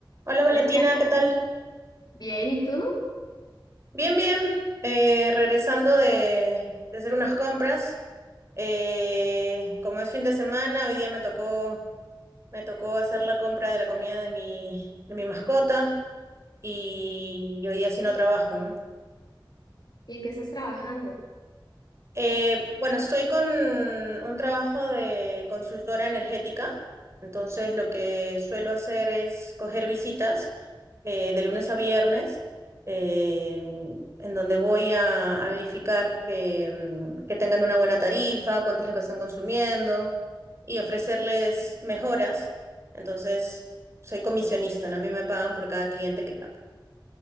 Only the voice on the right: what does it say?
Hola Valentina,
¿qué tal?
Bien, bien. Eh, regresando de, de hacer unas compras. Eh, como es fin de semana, hoy día me tocó, me tocó hacer la compra de la comida de mi, de mi mascota y, y hoy día sí no trabajo, ¿no?
Eh, bueno, estoy con un trabajo de consultora energética, entonces lo que suelo hacer es coger visitas eh, de lunes a viernes, eh, en donde voy a, a verificar que, mm, que tengan una buena tarifa, cuánto es lo que están consumiendo y ofrecerles mejoras. Entonces, soy comisionista, ¿no? A mí me pagan por cada cliente que capto.